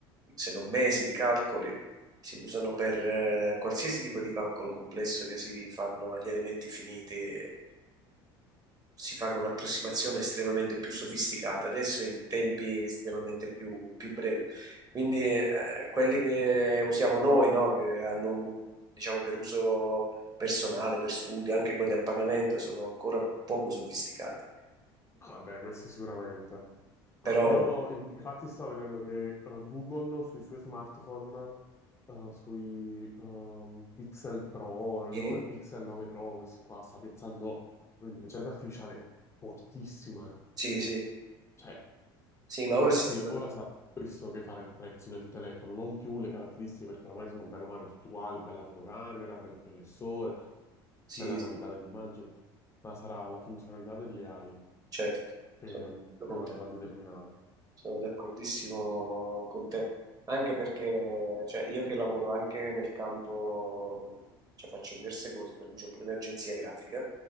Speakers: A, on the right; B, on the left.
A: se non mesi di calcoli. Si usano per eh, qualsiasi tipo di calcolo complesso che si fanno agli elementi finiti. eh, si fa con un'approssimazione estremamente più sofisticata, adesso in tempi estremamente più, più brevi. Quindi eh, quelli che usiamo noi, no, che hanno, diciamo, per uso personale per studi, anche quelli a pagamento sono ancora poco sofisticati.
B: Ah, Vabbè, questo sicuramente. Ma
A: Però
B: io in- Eh, infatti sto vedendo che eh, Google sui suoi smartphone, eh, sui ehm, Pixel Pro, 9
A: eh,
B: Pixel 9 Pro, questi qua, sta piazzando un'intelligenza artificiale fortissima.
A: sì, sì,
B: Cioè,
A: sì, ma
B: infatti
A: ora si stanno,
B: ora sarà questo che farà il prezzo del telefono, non più le caratteristiche, perché oramai sono bene o male tutte uguali, bella fotocamera, bel processore,
A: sì,
B: bella qualità dell'immagine, ma sarà la funzionalità delle AI
A: certo,
B: che,
A: sono
B: ehm,
A: d'accordo con
B: che lo
A: te,
B: andrà a determinare.
A: sono d'accordissimo con te, anche perché cioè, io che lavoro anche nel campo, cioè faccio diverse cose, per cui ho pure un'agenzia grafica,